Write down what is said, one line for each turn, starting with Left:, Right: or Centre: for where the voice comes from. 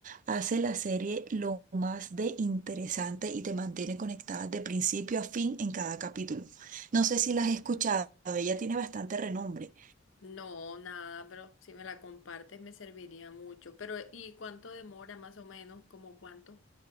Right: hace la serie lo más de interesante y te mantiene conectada de principio a fin en cada capítulo. No sé si la has escuchado, ella tiene bastante renombre.
Left: No, nada, pero si me la compartes me serviría mucho. Pero, ¿y cuánto demora más o menos? ¿Como cuánto?